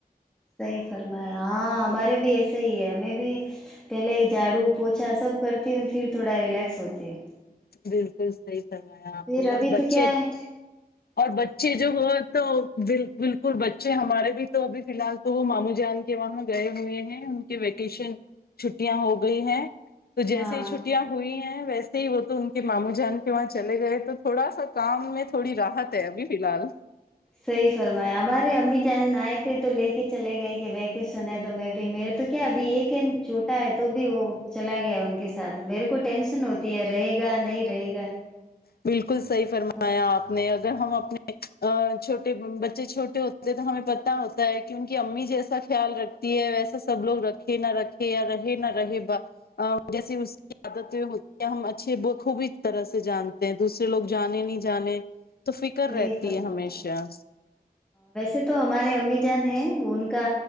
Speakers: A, in the centre; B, on the left (about 75°).
A: صحیح فرمایا ہاں ہمارے بھی ایسا ہی ہے ہمیں بھی پہلے جھاڑو پوچا سب کرتی ہوں پھر تھوڑا ریلیکس ہوتی ہوں
B: بالکل صحیح فرمایا آپ
A: پھر
B: نے
A: ابھی
B: اور بچے
A: تو کیا ہے
B: اور بچے جو ہو تو بالکل بچے ہمارے بھی تو ابھی فی الحال تو وہ مامو جان کے وہاں گئے ہوئے ہیں ان کے ویکیشن چھٹیاں ہو گئی ہیں تو جیسے
A: ہاں
B: ہی چھٹیاں ہیں ویسے ہی وہ تو ان کے ماموں جان کے وہاں چلے گئے تو تھوڑا سا کام میں تھوڑی رحت ہے ابھی فی الحال
A: صحیح فرمایا ہمارے امی جان آئے تھے تو لے کے چلے گئے کہ ویکیشن ہے تو میں بھی میرے تو کیا ابھی ایک ا چھوٹا ہے تو بھی وہ چلا گیا ان کے ساتھ میرے کو ٹینشن ہوتی ہے رہے گا نہیں رہے گا
B: بالکل صحیح فرمایا
A: تو
B: آپ نے اگر ہم اپنی ا چھوٹے بچے چھوٹے ہوتے ہیں تو ہمیں پت ہوتا ہے کہ ان کی امی جیسا خیال رکھتی ہے ویسا سب لوگ رکھے نہ رکھے یا رہے نہ رہے جیسے اس کی عادتیں ہوتی ہے ہم اچھے خوب طرح سے جانتے دوسرے لوگ جانے نہیں جانے تو فکر
A: صحی
B: رہتی
A: فرمایا
B: ہے ہمیشہ
A: ویسے تو ہمارے امی جان ہیں وہ ان کا